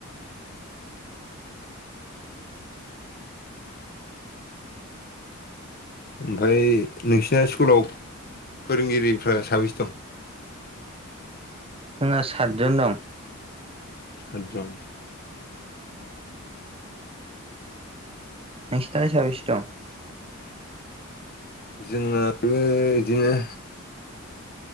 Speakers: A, on the left; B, on the right.
A: ओमफफ्राय नोंसिना स्कुलाव फोरोंगिरिफ्रा साबैसे दं?
B: जोंहा सातजन दं।
A: सात जन
B: नोंसिना साबैसे दं?
A: जोंनाबो बिदिनो